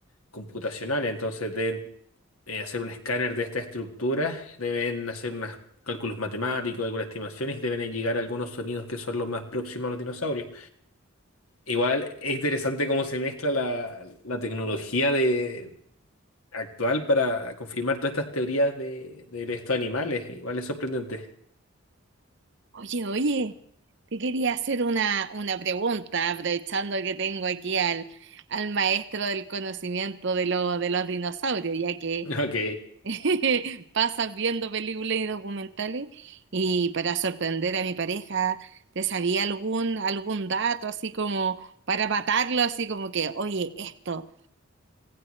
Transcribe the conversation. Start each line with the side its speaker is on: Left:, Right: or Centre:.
Left: computacionales, entonces deben eh, hacer un escáner de esta estructura, deben hacer unos cálculos matemáticos, algunas estimaciones, y deben llegar a algunos sonidos que son los más próximos a los dinosaurios. Igual es interesante cómo se mezcla la, la tecnología de, actual para confirmar todas estas teorías de, de estos animales. Igual es sorprendente. <laughs>
Right: Oye, oye, te quería hacer una, una pregunta, aprovechando que tengo aquí al, al maestro del conocimiento de, lo- de los dinosaurios, ya que
Left: Ok.
Right: <laughs> pasas viendo películas y documentales, y para sorprender a mi pareja, ¿te sabía algún, algún dato así como para matarlo, así como que, oye, esto